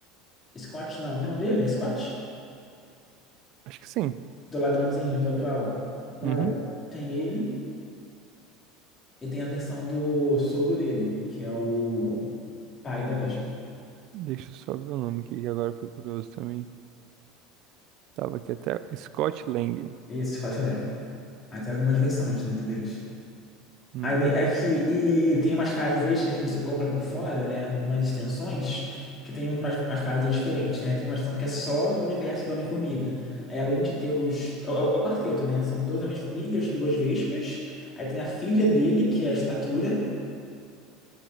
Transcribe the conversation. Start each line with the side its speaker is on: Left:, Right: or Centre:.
Left: Scott, não, qual é o nome dele? É Scott?
Right: Acho que sim.
Left: Do ladrãozinho, do atual. Hum.
Right: Uhum.
Left: Tem ele. E tem a versão do sogro dele, que é o pai da Vespa.
Right: Deixa eu só ver o nome aqui, que agora eu fiquei curioso também. Tava aqui até Scott Lang.
Left: Esse Scott Lang. Aí tem algumas versões dentro deles.
Right: Uhum.
Left: Aí ne- é que, e tem umas fases extras que você compra por fora, né? Umas extensões, que tem umas, umas fases diferentes, né? Tem uma extensão que é só do universo do Homem-Formiga. Aí além de ter os. É o, é o quarteto, né? São dois Homens-Formigas, duas Vespas. Aí tem a filha dele, que é a Estatura.